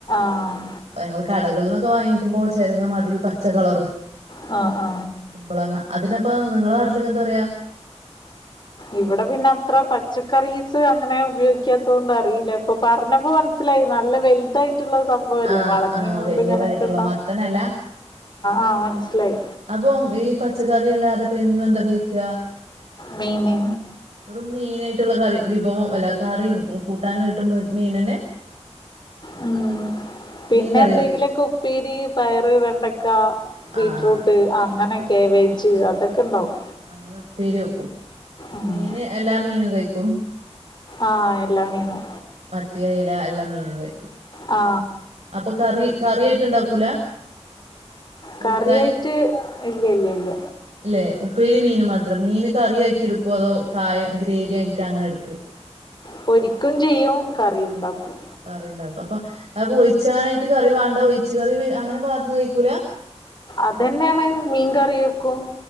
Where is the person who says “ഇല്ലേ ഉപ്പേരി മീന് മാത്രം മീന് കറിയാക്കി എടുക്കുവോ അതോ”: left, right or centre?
Right